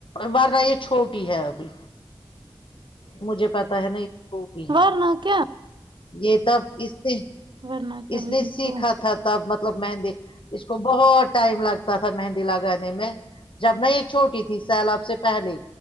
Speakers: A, on the left; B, on the right.
A: ورنہ یہ چھوٹی ہے ابھی مجھے پتا ہے نہ وہ بھی ہے
B: ورنہ کیا
A: یہ تب اس نے
B: ورنہ کیا
A: اس
B: وہی
A: نے سیکھا
B: تو
A: تھا تب مطلب مہندی اس کو بہت ٹائم لگتا تھا مہندی لگانے میں جب نہ یہ چھوٹی تھی سیلاب سے پہلے